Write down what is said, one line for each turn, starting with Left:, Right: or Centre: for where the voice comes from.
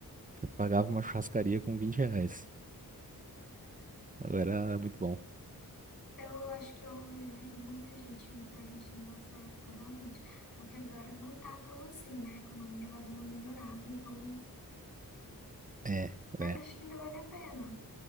Right: Você pagava uma churrascaria com 20 reais. Agora era muito bom.
Left: Eu acho que eu vivi muita gente indo para a Argentina nessa época, realmente. Só que agora não tá tão assim, né? A economia lá deu uma melhorada, então.
Right: É,
Left: Mas
Right: é.
Left: acho que ainda vale a pena.